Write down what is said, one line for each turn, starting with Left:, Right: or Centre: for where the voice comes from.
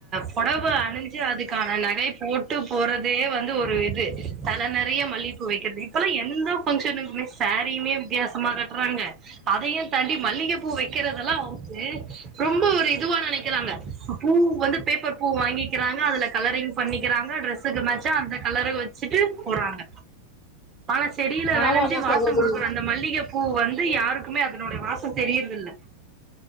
Right: பொடவ அணிஞ் சி அதுக்கான நகை போட்டு போறதே வந்து ஒரு இது தல நெறைய மல்லி பூ வெக்கற்து இப்பல்லா எந்த ஃபங்க்ஷனுக்குமே சாரீயுமே வித்யாசமா கட்றாங்க அதயே தாண்டி மல்லிகப் பூ வெக்கிறதல்லா வந்து ரொம்ப ஒரு இதுவா நெனைக்கிறாங்க பூ வந்து பேப்பர் பூ வாங்கிக்கிறாங்க அதுல கலரிங் பண்ணிக்கிறாங்க டிரெஸ் துக்கு மேச்சா அந்த கலர வச்சுட்டு போறாங்க ஆனா செடில
Left: ஆமா
Right: வெளஞ்சி
Left: ஆமா
Right: வாசங்
Left: சகோதரி
Right: குடுக்குற அந்த மல்லிக பூ வந்து யாருக்குமே அதனுடைய வாசந் தெரியற்துல்ல